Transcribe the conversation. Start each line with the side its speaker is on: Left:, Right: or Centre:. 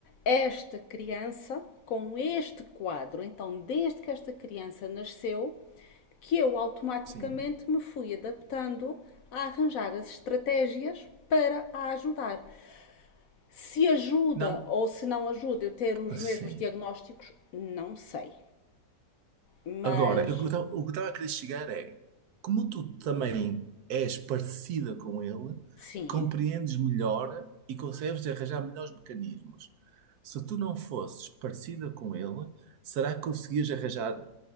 Left: esta criança com este quadro. Então, desde que esta criança nasceu, que eu automaticamente
Right: sim,
Left: me fui adaptando a arranjar as estratégias para a ajudar. Se ajuda
Right: não,
Left: ou se não ajuda eu ter os
Right: sim.
Left: mesmos diagnósticos, não sei. Mas
Right: Agora, o que eu o que estava a querer chegar é, como tu também és parecida com ele,
Left: sim,
Right: compreendes melhor e consegues arranjar melhores mecanismos. Se tu não fosses parecida com ele, será que conseguias arranjar,